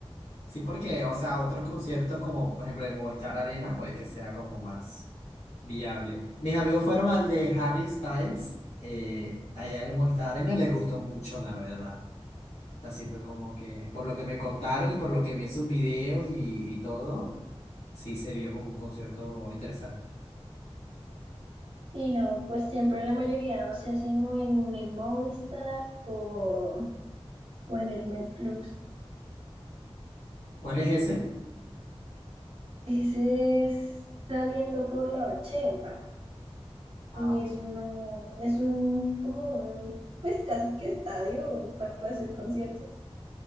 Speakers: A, on the left; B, on the right.
A: Sí, porque, o sea, otros conciertos como, por ejemplo, el Movistar Arena, puede que sea como más viable. Mis amigos fueron al de Harry Styles, eh, allá en el Movistar Arena, y les gustó mucho, la verdad. Así fue como que, por lo que me contaron y por lo que vi en sus videos y, y todo, sí se vio como un concierto interesante.
B: Sí, no, pues siempre la mayoría se hacen o en el Movistar o, o en el MedPlus.
A: ¿Cuál es ese?
B: Ese es saliendo por la 80.
A: Ah,
B: Y
A: ok.
B: es uno, es un, como un, pues casi que estadio para hacer conciertos.